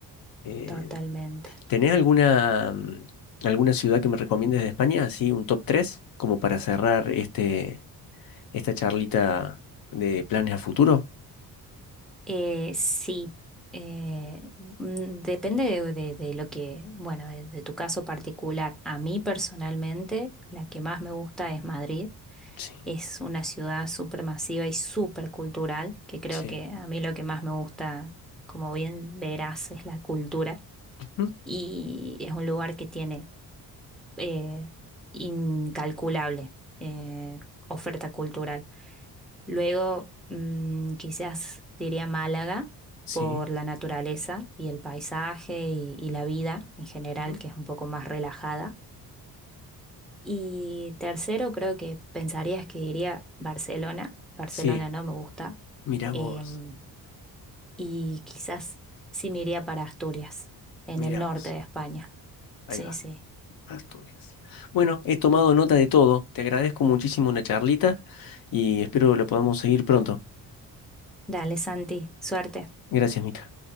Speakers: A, on the left; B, in the centre.
A: Eh,
B: totalmente.
A: ¿tenés alguna, mm, alguna ciudad que me recomiendes de España? Así, un top 3 como para cerrar este, esta charlita de planes a futuro.
B: Eh, sí, eh, mm, depende de, de- de lo que, bueno, de, de tu caso particular. A mí personalmente, la que más me gusta es Madrid.
A: Sí,
B: Es una ciudad súper masiva y súper cultural, que creo
A: sí.
B: que a mí lo que más me gusta, como bien verás, es la cultura.
A: Ujú,
B: Y es un lugar que tiene eh, incalculable eh, oferta cultural. Luego, mm, quizás diría Málaga
A: Sí,
B: por la naturaleza y el paisaje y, y la vida en general,
A: ujú,
B: que es un poco más relajada. Y tercero, creo que pensarías que diría Barcelona. Barcelona
A: sí.
B: no me gusta.
A: Mira
B: Em,
A: vos,
B: y quizás sí me iría para Asturias, en
A: mira
B: el norte
A: vos.
B: de España.
A: Ahí
B: Sí,
A: va.
B: sí.
A: Asturias. Bueno, he tomado nota de todo. Te agradezco muchísimo la charlita y espero la podamos seguir pronto.
B: Dale, Santi, suerte.
A: Gracias, Mica.